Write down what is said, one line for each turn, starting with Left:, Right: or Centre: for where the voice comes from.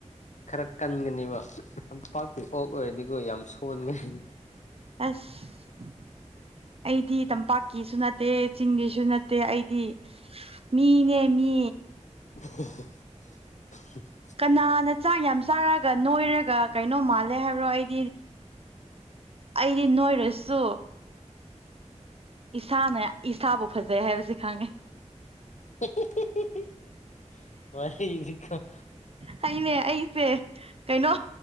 Left: ꯈꯔ ꯀꯟꯒꯅꯤꯕ ꯇꯝꯄꯥꯛꯀꯤ ꯑꯣꯛ ꯑꯣꯏꯔꯗꯤꯀꯣ ꯌꯥꯝ ꯁꯣꯟꯒꯍꯤ
Right: ꯑꯁ ꯑꯩꯗꯤ ꯇꯝꯄꯥꯛꯀꯤꯁꯨ ꯅꯠ ꯇꯦ ꯆꯤꯡꯒꯤꯁꯨ ꯅꯠꯇꯦ ꯑꯩꯗꯤ ꯃꯤꯅꯦ ꯃꯤ
Left: <unintelligible>
Right: ꯀꯟꯅꯅ ꯆꯥꯛ ꯌꯥꯝ ꯆꯥꯔꯒ ꯅꯣꯏꯔꯒ ꯀꯩꯅꯣ ꯃꯥꯜꯂꯦ ꯍꯥꯏꯕ꯭ꯔꯣ ꯑꯩꯗꯤ ꯑꯩꯗꯤ ꯅꯣꯏꯔꯁꯨ ꯏꯁꯥꯅ ꯏꯁꯥꯕꯨ ꯐꯖꯩ ꯍꯥꯏꯕꯁꯤ ꯈꯪꯉꯦ
Left: ꯍꯤ ꯍꯤ ꯍꯤ ꯍꯤ ꯋꯥꯔꯤꯗꯤꯀꫭ꯫
Right: ꯍꯩꯅꯦ ꯑꯩꯁꯦ꯫ ꯀꯩꯅꯣ